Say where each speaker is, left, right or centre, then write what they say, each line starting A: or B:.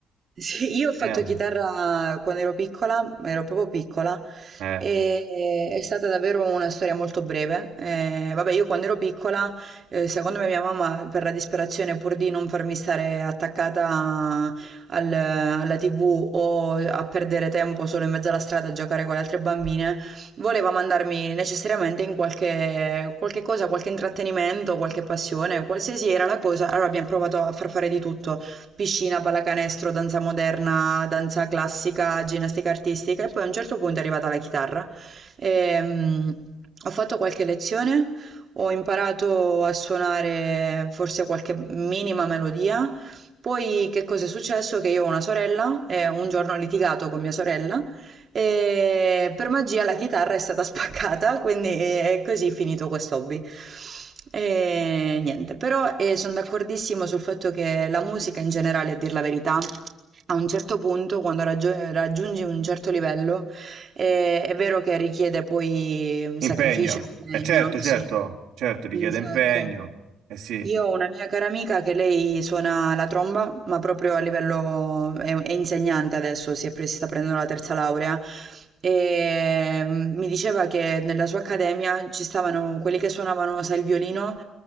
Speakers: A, on the right (about 40°); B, on the right (about 80°).
A: Sì, io ho fatto
B: Eh,
A: chitarra quando ero piccola, ero proprio piccola,
B: eh.
A: e, e- è stata davvero una storia molto breve. Eh, vabbè, io quando ero piccola, eh, secondo me mia mamma, per la disperazione, pur di non farmi stare attaccata al- alla TV o a perdere tempo solo in mezzo alla strada a giocare con le altre bambine, voleva mandarmi necessariamente in qualche, qualche cosa, qualche intrattenimento, qualche passione, qualsiasi era la cosa. Allora abbiamo provato a far fare di tutto piscina, pallacanestro, danza moderna, danza classica, ginnastica artistica e poi a un certo punto è arrivata la chitarra. Ehm, ho fatto qualche lezione, ho imparato a suonare forse qualche minima melodia. Poi che cosa è successo? Che io ho una sorella e un giorno ho litigato con mia sorella e per magia la chitarra è stata <laughs> spaccata, quindi è così finito quest'hobby. E niente, però eh, sono d'accordissimo sul fatto che la musica in generale, a dir la verità, a un certo punto, quando raggi- raggiungi un certo livello, eh, è vero che richiede poi
B: Impegno,
A: sacrificio e
B: eh
A: impegno,
B: certo, certo,
A: sì,
B: certo, richiede
A: un sacco.
B: impegno, eh sì,
A: Io ho una mia cara amica che lei suona la tromba, ma proprio a livello... è, è insegnante adesso, si, è pre- si sta prendendo la terza laurea, e mm, mi diceva che nella sua accademia ci stavano quelli che suonavano, sai, il violino